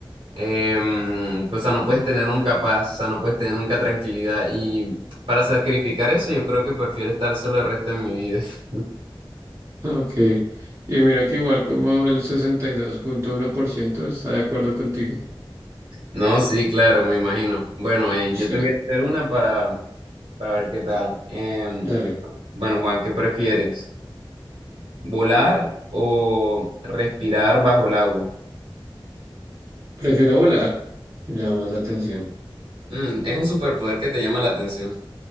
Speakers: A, on the right; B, on the right.
A: em, o sea, no puedes tener nunca paz, o sea, no puedes tener nunca tranquilidad. Y para sacrificar eso, yo creo que prefiero estar solo el resto de mi vida. <laughs>
B: Ok, y mira que igual como el sesenta y dos punto uno por ciento está de acuerdo contigo.
A: No, sí, claro, me imagino. Bueno, eh,
B: Sí,
A: yo te voy a hacer una para, para ver qué tal. Eh,
B: dale.
A: bueno, Juan, ¿qué prefieres? ¿Volar o respirar bajo el agua?
B: Prefiero volar, me llama más la atención.
A: Mm, es un superpoder que te llama la atención.